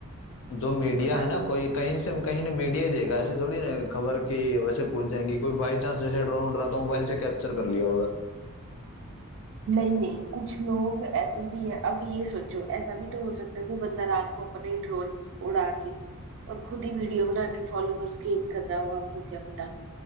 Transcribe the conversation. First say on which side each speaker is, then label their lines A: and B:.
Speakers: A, on the left (about 60°); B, on the right (about 60°).
A: जो मीडिया
B: हाँ
A: है ना
B: हाँ
A: कोई कहीं से कहीं ने मीडिया ही देगा ऐसे थोड़ी ना खबर की वैसे पूछ जाएंगी कोई बाई चांस जैसे ड्रोन उड़ रहा था मोबाइल से कैप्चर कर लिया होगा
B: नहीं नहीं कुछ लोग ऐसे भी हैं अब ये सोचो ऐसा भी तो हो सकता है कोई बंदा रात को अपने ड्रोन उड़ा के और खुद ही वीडियो बना के फॉलोअर्स गेन कर रहा हो आपको क्या पता